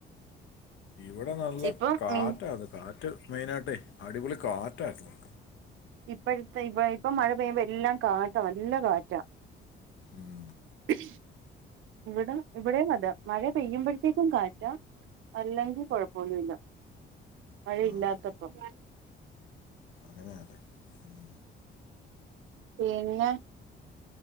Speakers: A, on the left; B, on the right.
A: ഇവിടെ നല്ല
B: ഇപ്പം
A: കാറ്റത്
B: മി
A: കാറ്റ് മെയിനയിട്ടേ അടിപൊളി കാറ്റായിരുന്നു
B: ഇപ്പഴത്തെ ഇപ്പ ഇപ്പൊ മഴ പെയ്യുമ്പോ എല്ലാം കാറ്റാ നല്ല കാറ്റാ
A: ഉം
B: ഉ ഇവിടെ ഇവിടെ അത മഴ പെയ്യുമ്പോഴത്തേക്കും കാറ്റ അല്ലെങ്കിൽ കൊഴപ്പൊന്നുമില്ല മഴയില്ലാത്തപ്പം
A: ആഹ് അങ്ങനെയാല്ലേ ഉം
B: പിന്നെ